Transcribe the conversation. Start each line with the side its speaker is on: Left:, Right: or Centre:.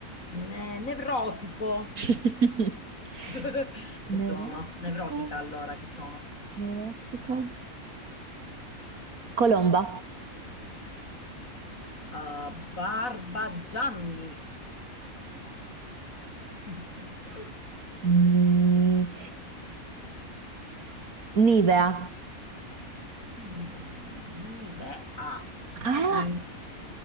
Left: Ne- nevrotico.
Right: <laughs>
Left: <laughs> Che sono?
Right: Neurotica,
Left: Nevrotica allora, che sono?
Right: neurotico. Colomba.
Left: Uh, Barbagianni. <laughs>
Right: Ni- Nivea.
Left: Mm, Nive A.
Right: Ah,
Left: Quindi